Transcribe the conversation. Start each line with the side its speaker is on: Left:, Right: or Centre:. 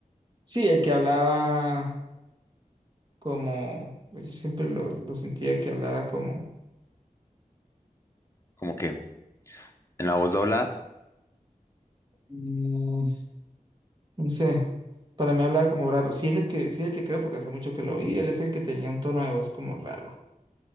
Right: Sí, el que hablaba como. pues Yo siempre lo, lo sentía que hablaba como.
Left: Como que en la voz dobla,
Right: Mm, No sé, para mí hablaba como raro. Sí es el que, sí es el que creo porque hace mucho que lo vi. Él es el que tenía un tono de voz como raro,